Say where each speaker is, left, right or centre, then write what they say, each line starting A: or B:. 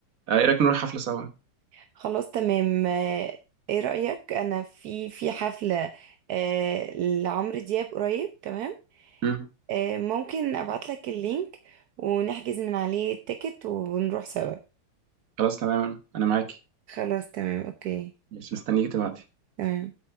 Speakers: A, on the right; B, on the right.
A: آه ايه رايك نروح حفله سوا
B: خلاص تمام آه، ايه رأيك انا في في حفلة آه، لعمرو دياب قريب تمام
A: مم.
B: آه، ممكن ابعت لك اللينك ونحجز من عليه التيكت ونروح سوا
A: خلاص تمام انا معاكي
B: خلاص تمام اوكي
A: مش مستنيك تبعتي
B: تمام